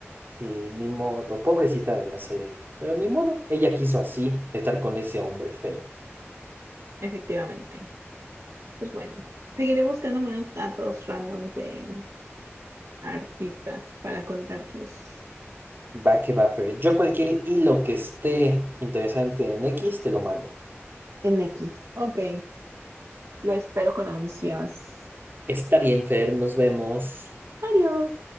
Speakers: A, on the right (about 45°); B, on the right (about 80°).
A: Sí, ni modo. Pobrecita de la Selena. Pero ni modo. Ella quiso así estar con ese hombre feo.
B: Efectivamente. Pues bueno, seguiré buscando más datos randoms de artistas para contarlos
A: Va que va, Fer. Yo cualquier hilo que esté interesante en X, te lo mando.
B: en X. Ok, lo espero con ansias.
A: Está bien, Fer, nos vemos.
B: Adiós.